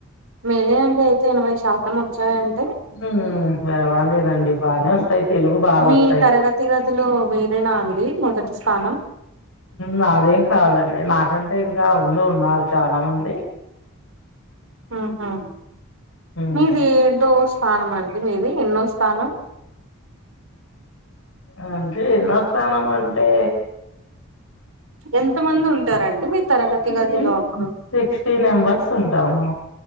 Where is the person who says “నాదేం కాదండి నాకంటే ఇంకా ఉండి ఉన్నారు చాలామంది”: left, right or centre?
Left